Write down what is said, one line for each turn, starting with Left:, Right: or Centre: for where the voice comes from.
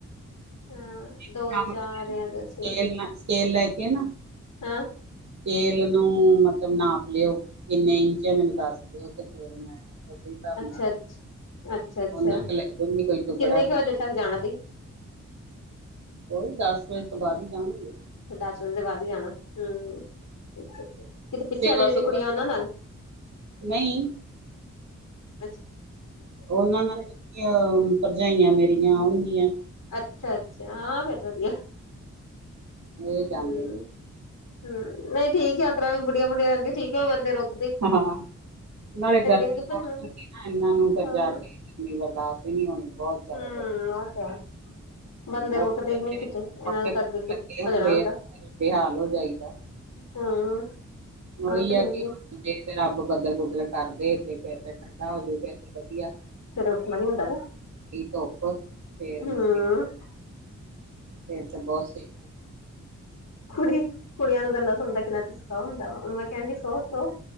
Left: ਹਾਂ
Right: ਇੱਕ
Left: ਦੋ
Right: ਕੰਮ
Left: ਚਾਰ
Right: ਕਰਿਓ '
Left: ਆ ਦੋ
Right: <inaudible> ' ਸਕੇਲ
Left: ਛੇ
Right: ਨਾ, ਸਕੇਲ ਲੈ ਕੇ ਨਾ
Left: ਹਾਂ।
Right: ਸਕੇਲ ਨੂੰ, ਮਤਲਬ, ਨਾਪ ਲਿਓ ਕਿੰਨੇ ਇੰਚ ਆ ਮੈਨੂੰ ਦੱਸ ਦਿਓ। 'ਤ ਹੋਰ ਮੈਂ ਉਸੇ ਹਿਸਾਬ
Left: ਅੱਛਾ-ਅੱਛਾ,
Right: ਨਾਲ
Left: ਅੱਛਾ-ਅੱਛਾ
Right: ਉਹਨਾਂ
Left: 'ਤੇ
Right: ਕੁ ਲੈ ਜੂਗੀ ਕੋਈ ਟੁਕੜਾ
Left: ਕਿੰਨੇ
Right: ਤੇ
Left: ਕ ਵਜੇ
Right: ਨਾ
Left: ਤੱਕ ਜਾਣਾ ਤੁਸੀਂ?
Right: ਉਹੀ ਦੱਸ ਵਜੇ ਤੋਂ ਬਾਅਦ ਹੀ ਜਾਵਾਂਗੇ।
Left: ਫਿਰ ਦੱਸ ਵਜੇ ਤੋਂ ਬਾਅਦ ਹੀ ਜਾਣਾ ਹਮ, ਅੱਛਾ-ਅੱਛਾ। ਕਿ ਪਿੱਛੇ
Right: ਸੇਵਾ
Left: ਵਾਲੀ ਜਿਹੜੀ
Right: ਸੁਵਾ
Left: ਕੁੜੀਆਂ ਉਹਨਾਂ ਨਾਲ' ' <inaudible> ''
Right: ਨਹੀਂ
Left: <unintelligible>
Right: ਉਹਨਾਂ ਨਾਲ ਭਰਜਾਈਆਂ ਮੇਰੀਆਂ ਆਉਣਗੀਆਂ
Left: ਅੱਛਾ -ਅੱਛਾ, ਹਾਂ ਫੇਰ ਤਾਂ ਵਧੀਆ।
Right: ਇਹ ਜਾਂਦੇ
Left: ਹਮ,
Right: ਨੇ
Left: ਹਮ ਨਹੀਂ ਠੀਕ ਯਾਤਰਾ ਵੀ ਬੁੜੀਆਂ -ਬੁੜੀਆਂ ਜਾਂਦੀਆ, ਠੀਕ ਹੈ ਬੰਦੇ ਰੋਕ
Right: ਹਾਂ, ਨਾਲੇ ਗਰਮੀ
Left: ਅੱਗੇ ਭੱਜਣਾ
Right: ਬਹੁਤ
Left: ਹੁੰਦਾ
Right: ਹੁੰਦੀ ਨਾ ਇਹਨਾਂ ਨੂੰ
Left: ਹਾਂ
Right: ਜਾ ਕੇ ਨੀ ਬਰਦਾਸ਼ਤ ਵੀ ਨਹੀਂ ਹੋਣੀ, ਬਹੁਤ ਜ਼ਿਆਦਾ
Left: ਹਮ
Right: ਗਰਮੀ।
Left: ਉਹ ਤੇ ਹੈ ਬੰਦੇ
Right: ਉਹ
Left: ਰੁਕਦੇ ਹੀ ਨਹੀਂ ਕਿਤੇ, ਇਹਨਾਂ
Right: ਪੱਕੇ
Left: ਨੇ ਤਾਂ
Right: ਪੁੱਕੇ
Left: ਅੱਗੇ- ਅੱਗੇ
Right: ਲੱਗੇ ਹੁੰਦੇ
Left: ਭੱਜਣਾ ਹੁੰਦਾ।
Right: ਆ ਬੇਹਾਲ ਹੋ ਜਾਈਦਾ
Left: ਹਾਂ, ਹਾਂ
Right: ਉਹੀ
Left: ਤੇ ਫਿਰ
Right: ਆ ਕਿ ਜੇ ਤੇ ਰੱਬ ਬੱਦਲ ਬੁਦਲ ਕਰਦੇ, ਤੇ ਫੇਰ ਤੇ ਠੰਡਾ ਹੋਜੂ, ਫਿਰ ਵਧੀਆ
Left: ਇਸ ਤਰ੍ਹਾਂ ਨੀਂ ਹੁੰਦਾ।
Right: ਕੀ ਧੁੱਪ, ਫੇਰ
Left: ਹੂੰ
Right: ਮਸ ਫਿਰ ਤੇ ਬਹੁਤ ਸਹੀ।
Left: ਕੁੜੀ, ਕੁੜੀਆਂ ਨੂੰ ਗੱਲਾਂ ਸੁਣਦਾ ਕਿੰਨਾ ਚਸਕਾ ਹੁੰਦਾ ਵਾ, ਉਹਨੂੰ ਮੈਂ ਕਹਿਣ ਡ ਸੋ ਸੋ